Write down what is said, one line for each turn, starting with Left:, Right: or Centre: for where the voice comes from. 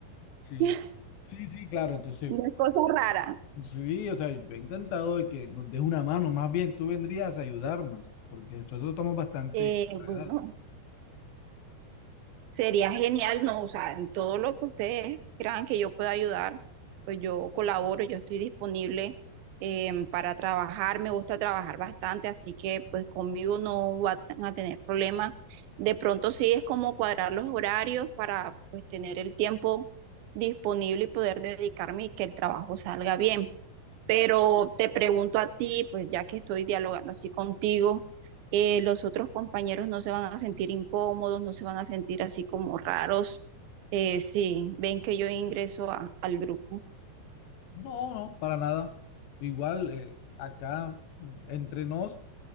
Left: Sí,
Right: <laughs>
Left: Sí, sí, claro. Entonces,
Right: No es cosa rara.
Left: Sí, o sea, yo he intentado de que nos des una mano, más bien tú vendrías a ayudarnos, porque nosotros estamos bastante
Right: Eh, bueno,
Left: enredados.
Right: Sería genial, no, o sea, en todo lo que ustedes crean que yo pueda ayudar, pues yo colaboro, yo estoy disponible em, para trabajar, me gusta trabajar bastante, así que pues conmigo no van a tener problemas. De pronto sí es como cuadrar los horarios para pues tener el tiempo disponible y poder dedicarme y que el trabajo salga bien. Pero te pregunto a ti, pues ya que estoy dialogando así contigo, eh, los otros compañeros no se van a sentir incómodos, no se van a sentir así como raros, eh, si ven que yo ingreso a- al grupo.
Left: No, no, para nada. Igual, eh, acá entre nos,